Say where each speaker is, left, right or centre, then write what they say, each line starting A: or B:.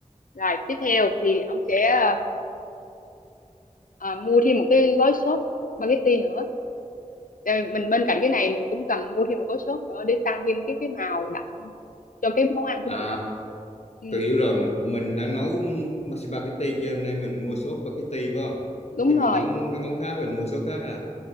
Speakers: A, on the left; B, on the left.
A: rồi tiếp theo thì ông sẽ à, mua thêm một cái gói sốt spaghetti nữa rồi mình bên cạnh cái này mình cũng cần mua thêm một gói sốt nữa để tăng thêm cái cái màu đậm cho cái món ăn của
B: à
A: mình á ừ,
B: tôi hiểu rồi mình đang nấu spaghetti cho nên mình mua sốt spaghetti phải không
A: đúng
B: chứ
A: rồi
B: mình nấu cái món khác mình mua sốt khác à,